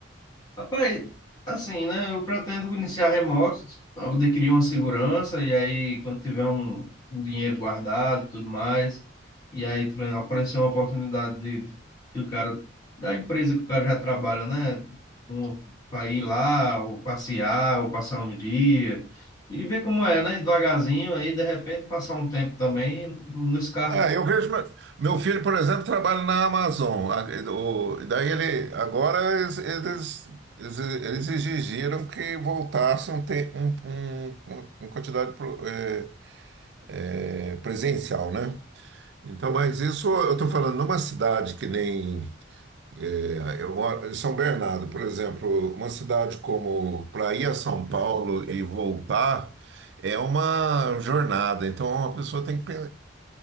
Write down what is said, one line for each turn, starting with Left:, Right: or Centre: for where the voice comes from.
Left: Rapaz, assim, né? Eu pretendo iniciar remoto, eu adquirir uma segurança, e aí, quando tiver um, um dinheiro guardado tudo mais, e aí por exemplo, aparecer uma oportunidade de, do cara, da empresa que o cara já trabalha, né? Um, para ir lá, ou passear, ou passar um dia, e ver como é, né? Devagarzinho, aí de repente passar um tempo também, não descarto.
Right: Ah, eu vejo. Meu meu filho, por exemplo, trabalha na Amazon. A- o- Daí ele. Agora eles, eles, eles- eles exigiram que voltasse um, te- um- um- uma uma quantidade pro- eh, eh, presencial, né? Então, mas isso eu estou falando numa cidade que nem. eh, Eu moro em São Bernardo, por exemplo, uma cidade como para ir a São Paulo e voltar é uma jornada. Então, a pessoa tem que.